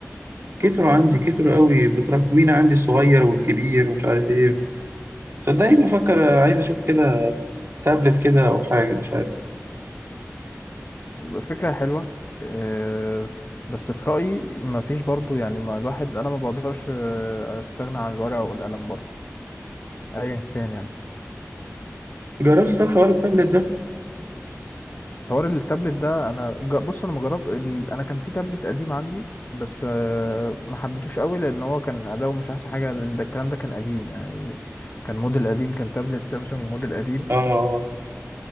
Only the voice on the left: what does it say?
فكرة حلوة آه، بس في رأيي ما فيش برضو يعني ما الواحد انا ما بقدرش آه، استغنى عن الورقة والقلم برضو ايا كان يعني
حوار التابلت ده انا ج- بص انا مجرب ال- انا كان في تابلت قديم عندي بس آه، ما حبيتوش قوي لان هو كان اداؤه مش احسن حاجة لان ده الكلام ده كان قديم يعني كان موديل قديم كان تابلت سامسونج موديل قديم